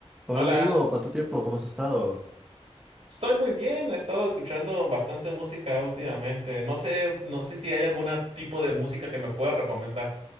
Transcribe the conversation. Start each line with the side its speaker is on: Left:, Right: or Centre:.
Centre: Hola
Right: Hola,
Centre: amigo, ¿cuánto tiempo? ¿Cómo has estado?
Right: estoy muy bien, he estado escuchando bastante música últimamente. No sé, no sé si hay algún tipo de música que me pueda recomendar.